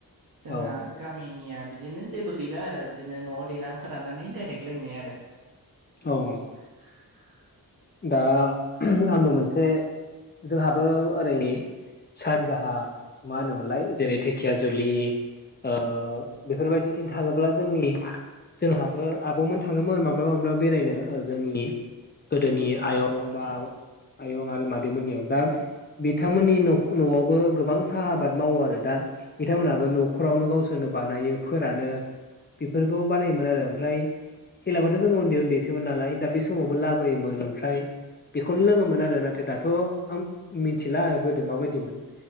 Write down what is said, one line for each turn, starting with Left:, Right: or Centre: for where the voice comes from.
Right: जोंहा
Left: औ
Right: गामिनिया बिदिनो जेबो गैला आरो बिदिनो न'आव देनानै फोरानानानै डाइरेक्ट लोंनाय आरो
Left: औ
Right: <inaudible>
Left: दा आंबो मोनसे जोंहाबो ओरैनि सानजाहा मा होनोमोनलाय जेरै दिखियाजुलि ओ बेफोरबायदिथिं थाङोब्ला जोंनि जोंहाबो आबौमोन थाङोमोन माब्लाबा माब्लाबा बेरायनो जोंनि गोदोनि आयं
Right: औ नोंथां
Left: बा आयं आरो मादैमोननियाव दा बिथांमोननि' न'आवबो गोबां साहा आबाद मावो आरो दा बिथांमोनहाबो न'खरावनो गावसोरनो बानायो फोरानो बेफोरखौ बानायोमोन आरो ओमफ्राय हेलाबथ' जोङो उन्दै उन्दैसोमोन नालाय दा बे समावबो लाब बोयोमोन आमफ्राय बेखौनो लोङोमोन आरो नाथाय दाथ' आं मिथिला गोदो माबायदिमोन